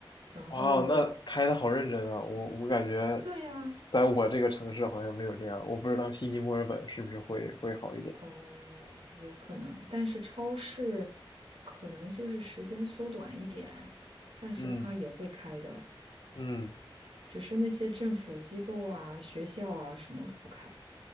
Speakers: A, on the right; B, on the left.
A: 然后，
B: 哇，那开的好认真啊！我我感觉，
A: 对呀，
B: 在我这个城市好像没有这样，我不知道悉尼、墨尔本是不是会会好一点。
A: 哦，有可能，但是超市可能就是时间缩短一点，但是他也会开的，
B: 嗯嗯，
A: 只是那些政府机构啊、学校啊什么的不开，